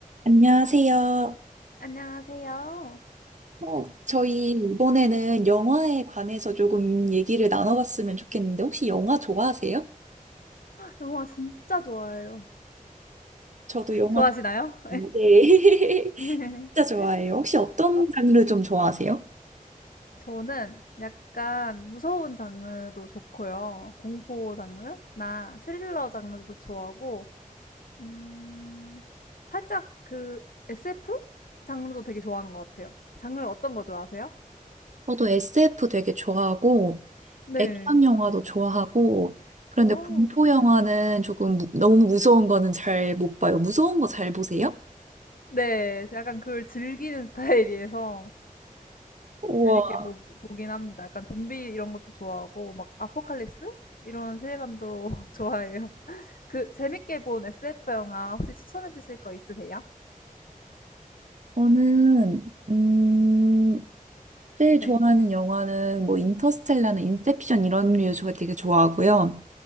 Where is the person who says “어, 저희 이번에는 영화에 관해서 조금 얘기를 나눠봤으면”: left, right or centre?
Right